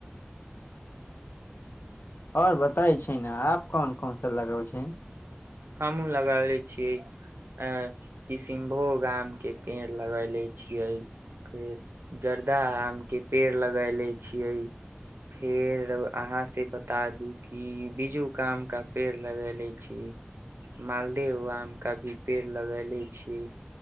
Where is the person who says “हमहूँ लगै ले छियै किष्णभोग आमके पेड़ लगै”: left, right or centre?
Right